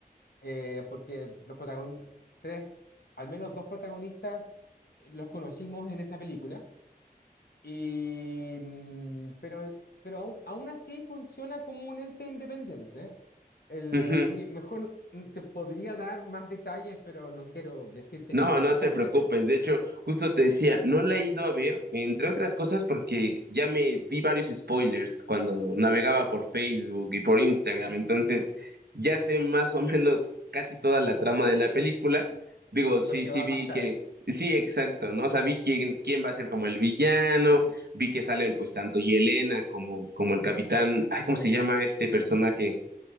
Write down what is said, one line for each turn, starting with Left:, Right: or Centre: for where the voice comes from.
Left: eh, porque los protagonistas, tres, al menos dos protagonistas, eh, los conocimos en esa película. Y, mm, pero pero aún, aún así funciona como un ente independiente. El,
Right: Ujú.
Left: ni- mejor mm, te podría dar más detalles, pero no quiero decirte
Right: No,
Left: ningún
Right: no
Left: spoiler.
Right: te preocupes. De hecho, justo te decía, no la he ido a ver, entre otras cosas, porque ya me vi varios spoilers cuando navegaba por Facebook y por Instagram. Entonces, ya sé más o menos casi toda la trama de
Left: Lo,
Right: la película. Digo, sí,
Left: lo que
Right: sí
Left: va
Right: vi
Left: a pasar.
Right: que, sí, exacto, ¿no? O sea, vi quién, quién va a ser como el villano, vi que salen pues tanto Yelena como, como el capitán, ay, ¿cómo se llama este personaje?